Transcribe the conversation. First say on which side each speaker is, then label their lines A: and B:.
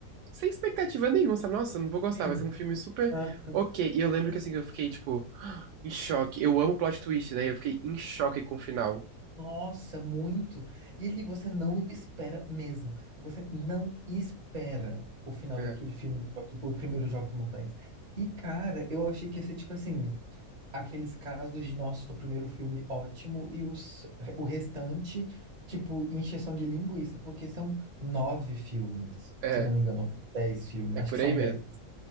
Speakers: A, on the right; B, on the right.
A: sem expectativa nenhuma, sabe? Nossa, eu não vou gostar,
B: sim.
A: vai ser um filme super
B: Ah,
A: ok. E eu lembro que, assim, eu fiquei, tipo, <gasps> em choque. Eu amo plot twist, né? Eu fiquei em choque com o final.
B: Nossa, muito. E ele você não espera mesmo. Você não espera o final
A: É,
B: daquele filme, do Jogos- o primeiro Jogos Mortais. E, cara, eu achei que ia ser tipo assim. aqueles casos de nosso primeiro filme ótimo e os, o restante, tipo, encheção de linguiça, porque são nove filmes,
A: é,
B: se eu não me engano, ou dez filmes,
A: é
B: acho
A: por
B: que são
A: aí mesmo.
B: dez.